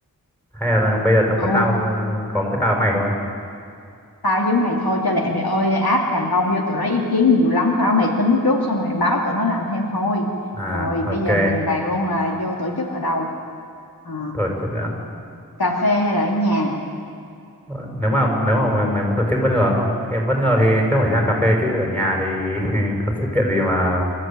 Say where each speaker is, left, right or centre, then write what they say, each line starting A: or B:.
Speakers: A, in the centre; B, on the left.
A: hay là bây giờ tầm với
B: ừ
A: tao có mỗi tao với mày thôi
B: tao với mày thôi cho lẹ mày ơi áp cành đông vô tụi nó ý kiến nhiều lắm tao mày tính trước xong mày báo tụi nó làm theo thôi
A: à
B: rồi bây
A: ok
B: giờ mình bàn luôn là vô tổ chức ở đâu Ờ,
A: tổ chức
B: cà phê hay là ở nhà
A: Ờ, nếu mà nếu mà mày, mày muốn tổ chức bất ngờ không thì bất ngờ thì chắc phải ra cà phê chứ ở nhà thì <laughs> có sự kiện gì mà